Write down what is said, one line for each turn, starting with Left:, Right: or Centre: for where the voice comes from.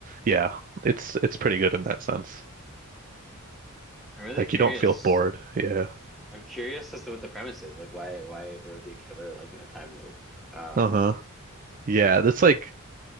Right: yeah, it's it's pretty good in that sense.
Centre: I'm really
Right: Like
Centre: curious.
Right: you don't feel bored. Yeah.
Centre: I'm curious as to what the premise is, like why why there would be a killer like in a time loop. Um,
Right: Uh-huh. Yeah, there's like